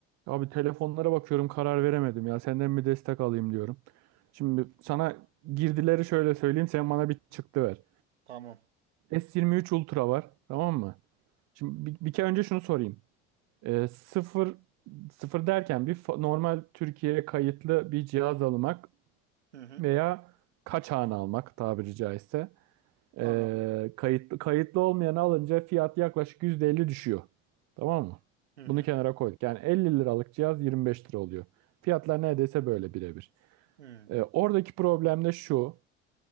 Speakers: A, on the right; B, on the right.
A: Abi telefonlara bakıyorum karar veremedim ya. Senden bir destek alayım diyorum. Şimdi sana girdileri şöyle söyleyeyim. Sen bana bir çıktı ver.
B: Tamam.
A: S23 Ultra var. Tamam mı? Şimdi bir, bir kere önce şunu sorayım. Ee, sıfır, sıfır derken bir fa- normal Türkiye'ye kayıtlı bir cihaz almak
B: Hı hı.
A: veya kaçağını almak tabiri caizse. Ee,
B: Anladım.
A: kayıtlı, kayıtlı olmayanı alınca fiyat yaklaşık %50 düşüyor. Tamam mı?
B: Hı hı.
A: Bunu kenara koyduk. Yani 50 liralık cihaz 25 lira oluyor. Fiyatlar neredeyse böyle birebir.
B: Hı
A: Ee, oradaki problem de şu.